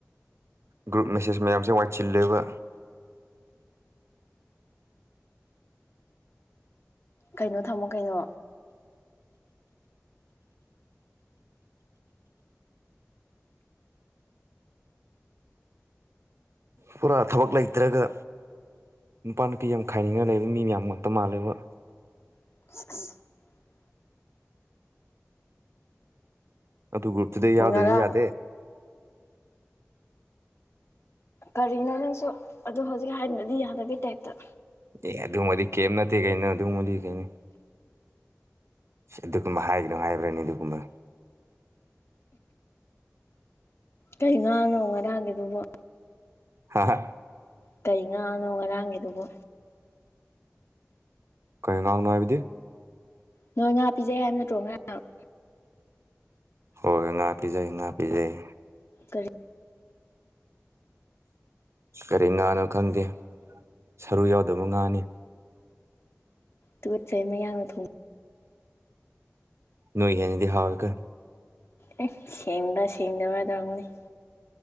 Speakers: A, on the right (about 65°); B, on the left (about 55°).
A: ꯒ꯭ꯔꯨꯞ ꯃꯦꯁꯦꯁ ꯃꯌꯥꯝꯁꯦ ꯋꯥꯏꯆꯤꯜꯂꯦꯕ
B: ꯀꯩꯅꯣ ꯊꯝꯃꯣ ꯀꯩꯅꯣ
A: ꯄꯨꯔꯥ ꯊꯕꯛ ꯂꯩꯇ꯭ꯔꯒ ꯅꯨꯄꯥ ꯅꯨꯄꯤ ꯌꯥꯝ ꯈꯥꯏꯅꯤꯡꯉ ꯂꯩꯕ ꯃꯤ ꯃꯌꯥꯝ ꯉꯛꯇ ꯃꯥꯜꯂꯦꯕ
B: <unintelligible>
A: ꯑꯗꯨ ꯒ꯭ꯔꯨꯞꯇꯨꯗ ꯑꯩ ꯌꯥꯎꯗꯗꯤ
B: ꯉꯔꯥꯡ
A: ꯌꯥꯗꯦ
B: ꯀꯔꯤꯅꯣ ꯅꯪꯁꯨ ꯑꯗꯨ ꯍꯧꯖꯤꯛ ꯍꯥꯏꯗ꯭ꯔꯗꯤ ꯌꯥꯗꯕꯒꯤ ꯇꯥꯏꯞꯇ
A: ꯑꯦ ꯑꯗꯨꯒꯨꯝꯕꯗꯤ ꯀꯩꯝ ꯅꯠꯇꯦ ꯀꯩꯅꯣ ꯑꯗꯨꯒꯨꯝꯕꯗꯤ ꯀꯩꯅꯣ ꯑꯗꯨꯒꯨꯝꯕ ꯍꯥꯏꯒꯤꯅꯣ ꯍꯥꯏꯕ꯭ꯔꯅꯦ ꯑꯗꯨꯒꯨꯝꯕ
B: ꯀꯩ ꯉꯥꯅꯣ ꯉꯔꯥꯡꯒꯤꯗꯨꯕꯣ
A: ꯍꯥ ꯍ
B: ꯀꯩ ꯉꯥꯅꯣ ꯉꯔꯥꯡꯒꯤꯗꯨꯕꯨ
A: ꯀꯩ ꯉꯥꯡꯅꯣ ꯍꯥꯏꯕꯗꯤ
B: ꯅꯣꯏ ꯉꯥ ꯄꯤꯖꯩ ꯍꯥꯏꯕ ꯅꯠꯇ꯭ꯔꯣ ꯉꯔꯥꯡ
A: ꯍꯣꯏ ꯉꯥ ꯄꯤꯖꯩ ꯉꯥ ꯄꯤꯖꯩ
B: ꯀꯔꯤ
A: ꯀꯔꯤ ꯉꯥꯅꯣ ꯈꯪꯗꯦ ꯁꯔꯨ ꯌꯥꯎꯗꯕ ꯉꯥꯅꯤ
B: ꯇꯨꯒꯠꯆꯩ ꯃꯌꯥꯡꯅ ꯊꯣꯡ
A: ꯅꯣꯢ ꯍꯦꯟꯅꯗꯤ ꯍꯥꯎꯋꯦ ꯀꯣ
B: <unintelligible> ꯁꯦꯡꯕ ꯁꯦꯡꯗꯕ꯭ꯔ ꯗꯣ <unintelligible>